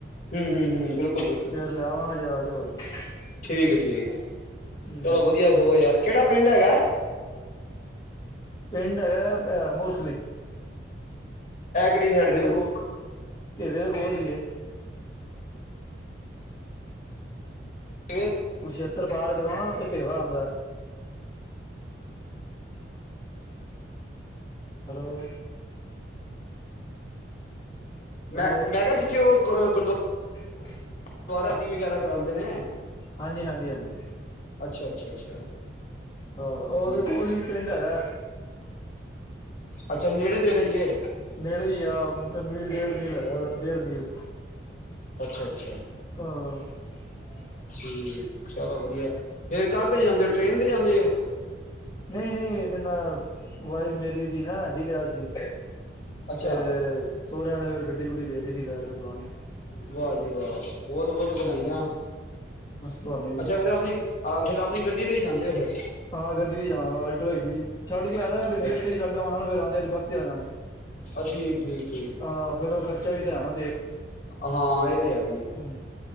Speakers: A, on the left; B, on the left.
A: ਹੂੰ ਹੂੰ ਹੂੰ ਬਿਲਕੁਲ ਬਿਲਕੁਲ
B: ਫੇਰ ਲੈਵਾਂਗੇ ਜਾ ਕੇ ਹੋਰ ਕੀ।
A: ਠੀਕ ਹੈ ਠੀਕ
B: ਹੂੰ
A: ਚਲੋ ਵਧੀਆ ਸਗੋ ਯਾਰ ਕਿਹੜਾ ਪਿੰਡ ਹੈਗਾ?
B: ਪਿੰਡ ਹੈਗਾ ਹੈ ਮੋਸਲੀ।
A: ਇਹ ਕਿਹੜੀ ਸਾਈਡ ਪੈਂਦਾ?
B: ਕੋਲ ਭੇਵੇ ਦੇ ਕੋਲ ਈ ਏ।
A: ਭੇਵੇ ਦੇ
B: <unintelligible> ਪਾਰ ਕਰੋ ਨਾ ਤੇ ਭੇਵਾ ਆਂਦਾ। ਹੈਲੋ
A: ਮੈਂ
B: ਹੈਲੋ
A: ਕਿਹਾ ਜਿੱਥੇ ਉਹ ਗੁਰਦੁਆਰਾ
B: <unintelligible>
A: ਦੁਬਾਰਾ <unintelligible> ਵਗੈਰਾ ਕਰਾਦੇ ਨੇ।
B: ਹਾਂਜੀ ਹਾਂਜੀ ਹਾਂਜੀ।
A: ਅੱਛਾ ਅੱਛਾ ਅੱਛਾ।
B: ਆਹ ਉਹਦੇ
A: ਠੀਕ
B: ਕੋਲ ਹੀ ਪਿੰਡ ਹੈਗਾ।
A: ਅੱਛਾ ਨੇੜੇ ਤੇੜੇ ਹੀ ਹੈ
B: ਨੇੜੇ ਹੀ ਆ ਮੀਲ ਡੇਢ ਮੀਲ ਹੈਗਾ ਡੇਢ ਮੀਲ।
A: ਅੱਛਾ-ਅੱਛਾ।
B: ਹਾਂ
A: ਠੀਕ ਚਲੋ ਵਧੀਆ। ਫੇਰ ਕਾਦੇ ਤੇ ਜਾਂਦੇ ਹੋ ਟ੍ਰੇਨ ਤੇ ਜਾਂਦੇ ਹੋ?
B: ਨਹੀਂ-ਨਹੀਂ ਇਹਨਾ, ਵਾਈਫ ਮੇਰੀ ਦੀ ਨਾ ਹੈਂਡੀਕੈਪ ਸੀ।
A: ਅੱਛਾ
B: ਤੇ ਸੋਹਰਿਆਂ ਨੇ ਫਿਰ ਗੱਡੀ ਗੁੱਡੀ ਦੇ ਦਿੱਤੀ ਸੀ ਲੈ ਕੇ ਪੁਰਾਣੀ
A: ਵਾਹ ਜੀ ਵਾਹ! ਬਹੁਤ-ਬਹੁਤ ਵਧਾਈਆਂ।
B: ਹੂੰ ਤੁਹਾਨੂੰ ਵੀ
A: ਅੱਛਾ ਫੇਰ ਆਪਣੀ ਆ ਫੇਰ ਆਪਣੀ ਗੱਡੀ ਤੇ ਹੀ ਜਾਂਦੇ ਹੋ ਫੇਰ।
B: ਹਾਂ ਗੱਡੀ ਤੀ ਜਾਵਾਂਗਾ ਆਲਟੋ ਹੈਗੀ। ਛੱਡ ਕੇ ਆ ਜਾ ਗਾ
A: ਫਿਰ
B: ਗੱਡੀ ਉੱਥੇ ਹੀ ਛੱਡ ਆਵਾਂਗਾ ਨਾ ਫਿਰ ਆਉਂਦੇ ਬੱਸ ਤੇ ਆ ਜਾਂਗਾ,
A: ਅ ਠੀਕ ਠੀਕ ਠੀਕ
B: ਆਹ ਫੇਰ ਉਹ ਖਰਚ ਚਾਹੀਦੈ ਹਨਾ।
A: ਹਾਂ ਇਹ ਤੇ ਹੈ ਹੀ ਹੈ
B: ਹਮ,